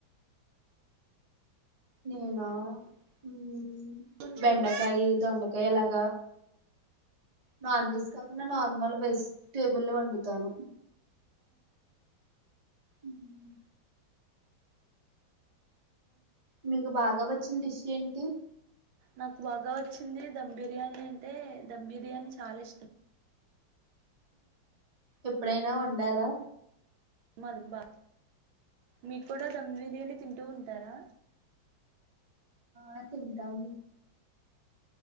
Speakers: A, on the right; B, on the right.
A: అ
B: నేనా ఉమ్
A: ఉంటారు
B: బెండకాయి దొండకాయి అలాగా నాన్ వెజ్ కాకుండా నార్ మల్ వెజ్ టేబుల్ వండుతాను ఉమ్ హు మీకు బాగా వచ్చిన డిష్ ఏంటి
A: నాకు బాగా వచ్చింది ధమ్ బిర్యానీ అంటే ధమ్ బిర్యానీ చాలా ఇష్టం
B: ఎప్పుడైనా వండారా
A: మదికు బా మీకూడా దమ్ బిర్యానీ తింటూ ఉంటారా
B: ఆ తింటాం